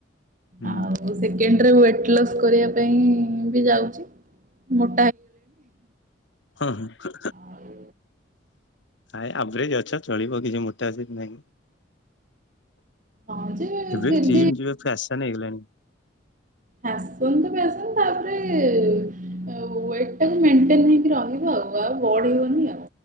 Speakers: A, on the left; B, on the right.
A: ହୁଁ
B: ଆଉ ସେକେଣ୍ଡରେ ୟୋଟ ଲସ୍ କରିବା ପାଇଁ ବି ଯାଉଛି ମୋ
A: ହୁଁ ହୁଁ।
B: ଆଉ
A: ଆ ଆଭରେଜ ଅଛ ଚଳିବ କିଛି ମୋଟା ସେମିତି ନହିଁ।
B: ହଁ ଯେ
A: ଏବେ
B: ଫିର୍
A: ଜିମ୍ ଯିବା ଫ୍ୟାସନ ହେଇଗଲାଣି।
B: ଫ୍ୟାସନ ତ ତାପରେ ୱଟ ମେଟେନ ହେଇକି ରହିବ ଆଉ ବଢୀ ବନି।